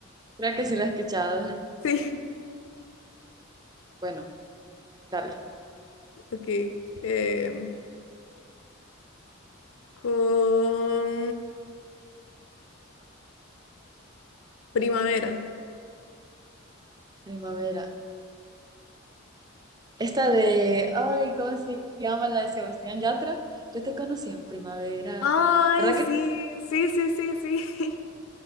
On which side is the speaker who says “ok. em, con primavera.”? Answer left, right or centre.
Left